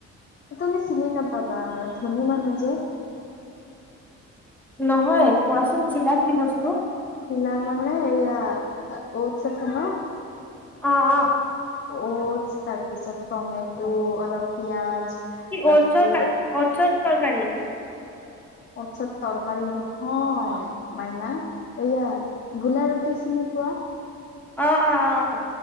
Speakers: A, on the left; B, in the centre.
A: তুমি চিনি নাপাবা, ধনী মানুহ যে।
B: নহয় কোৱাচোন চিলা কি বস্তু?
A: চিলা মানে এইয়া অটচ আছে ন
B: অ', অ'।
A: অটছ তাৰপিছত টমেটো অলপ পিয়াজ
B: কি
A: বাকী
B: অটছৰ কা অটছৰ তৰকাৰী।
A: অটছৰ তৰকাৰী নহয় মাইনা এইয়া গোলা ৰুটি চিনি পোৱা?
B: অ'। অ অ